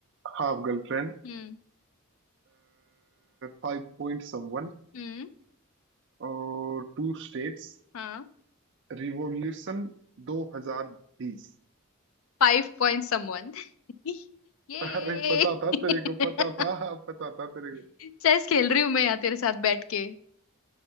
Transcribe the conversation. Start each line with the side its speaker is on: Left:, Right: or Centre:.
Right: half girlfriend
Left: हम्म
Right: five point someone
Left: हम्म
Right: और टू स्टेट्स
Left: हाँ
Right: रिवॉल्यूशन 2020
Left: Five point someone <laughs> ये
Right: अरे पता था
Left: <laughs>
Right: तेरे को पता था पता था तेरे को
Left: चेस खेल रही हूँ मैं यहाँ तेरे साथ बैठ के